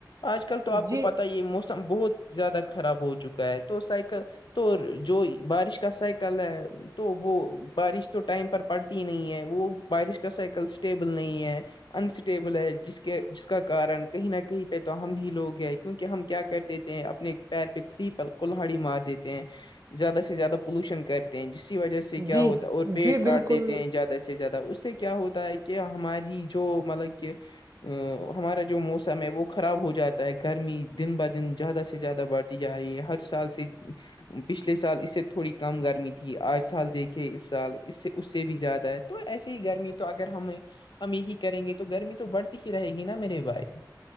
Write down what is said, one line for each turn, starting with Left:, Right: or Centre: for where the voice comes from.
Left: آج کل تو آپ
Right: جی
Left: کو پتا ہی ہے موس سم بہت زیادہ خراب ہو چکا ہے تو سائیکا تو جو بارش کا سائیک کل ہے تو وہ بارش تو ٹائم پر پڑتی ہی نہیں ہے وہ بارش کا سائیکل اسٹیبل نہیں ہے انسٹیبل ہے جس کے جس کا کارن کہیں نہ کہیں پے تو ہم ہی لوگ ہیں کیونکہ ہم کیا کرتے دے تے ہے اپنے پیر پے خود ہی پل کولہڑی مار دیتے ہیں زیادہ سے زیادہ پولوشن کرتے ہیں جسسی وجہ سے کیا
Right: جی
Left: ہوتا ہے اور پیڑ
Right: جی
Left: کاٹ
Right: بالکل
Left: دیتے ہیں جیات ویسے زیادہ اس سے کیا ہوتا ہے کی ہماری جو مطلب کہ آ ہمارا جو موسم ہے وہ خراب ہو جاتا ہے گرمی دن با دن زیادہ سے زیادہ بڑھ تی جا رہی ہے ہر سال سے پچھلے سال اس سے تھوڑی کم گر می تھی آج سال دیکھے اس سال اس سے اس سے بھی زیادہ ہے تو ایسے ہی گرمی تو اگر ہمے ہم یہی کریں گے تو گرمی تو بڑھتی ہی رہے گی نا میرے بھائی